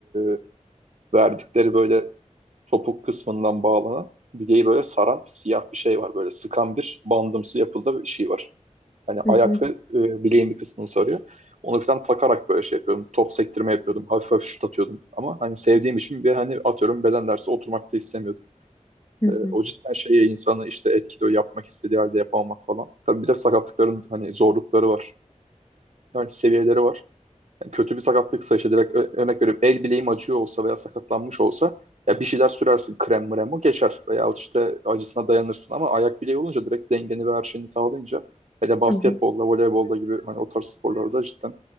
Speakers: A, on the right (about 65°); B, on the left (about 30°).
A: e, verdikleri böyle topuk kısmından bağlanan bileği böyle saran siyah bir şey var. Böyle sıkan bir bandımsı yapıldığı bir şey var. Hani
B: Hı
A: ayak
B: hı,
A: ve e, bileğin bir kısmını sarıyor. Onu falan takarak böyle şey yapıyordum. Top sektirme yapıyordum. Hafif hafif şut atıyordum. Ama hani sevdiğim için bir hani atıyorum beden dersi oturmak da istemiyordum.
B: hı
A: E,
B: hı,
A: o cidden şeye insanı işte etkiliyor yapmak istediği halde yapamamak falan. Tabii bir de sakatlıkların hani zorlukları var. Yani seviyeleri var. Yani kötü bir sakatlıksa işte direkt ö- örnek veriyorum el bileğim acıyor olsa veya sakatlanmış olsa ya bir şeyler sürersin krem mrem o geçer veya işte acısına dayanırsın ama ayak bileği olunca direkt dengeni ve her şeyini sağlayınca hele basketbolda,
B: hı hı.
A: voleybolda gibi hani o tarz sporlarda cidden